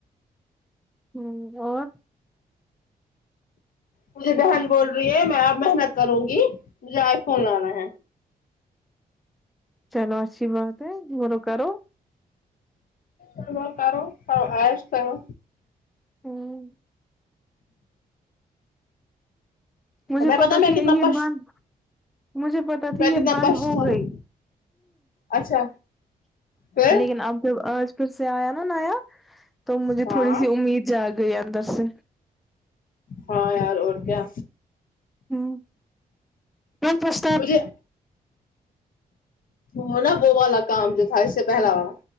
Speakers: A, in the centre; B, on the left (about 60°).
A: ہوں اور
B: مجھے بہن بول رہی ہے میں اپ محنت کروں گی مجھے آئی فون لانا ہے
A: چلو اچھی بات ہے مون کرو
B: <unintelligible> کرارو عش کرو
A: ہوں مجھے
B: میں
A: پتا
B: میں
A: تھی یہ
B: کتنا پش
A: بند مجھے پتا تھی
B: میں
A: یہ
B: کتنا
A: بند
B: پش
A: ہو
B: ہوں،
A: گئی
B: اچھا پھر
A: لیکن اب جب آج پھر سے آیا نا نایا تو مجھے
B: ہاں
A: تھوڑی سی امید جا گئی اندر سے
B: ہاں یار اور کیا
A: ہوں کون پرس
B: مجھے ہونا وہ والا کام جو تھا اس سے پہلا والا